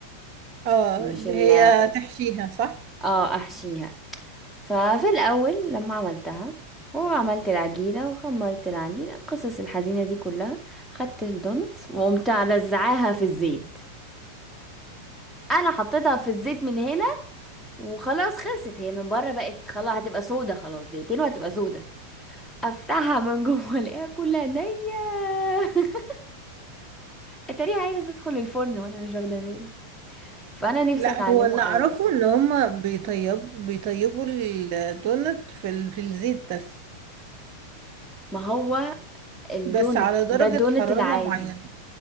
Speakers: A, on the right; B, in the centre.
A: اه
B: مش
A: اللي
B: ال
A: هي تحشيها صح
B: اه احشيها ففي الاول لما عملتها وعملت العجينه وخمرت العجينه القصص الحزينه دي كلها خدت الدونتس وقمت رزعاها في الزيت انا حطيتها في الزيت من هنا وخلاص خلصت هي من بره بقت خلاص هتبقى سودة خلاص دقيقتين وهتبقى سودة افتحها من جوه الاقيها كلها نية <laughs> اتاريها عايزة تدخل الفرن وانا مش واخدة بالي فانا نفسي
A: لا
B: اتعلمه
A: هو اللي
B: قوي
A: اعرفه
B: بقى
A: ان هما بيطيب بيطيبوا الدونت في ال... في الزيت بس
B: ما هو الدونت
A: بس على درجة
B: ده الدونت
A: حرارة
B: العادي
A: معينة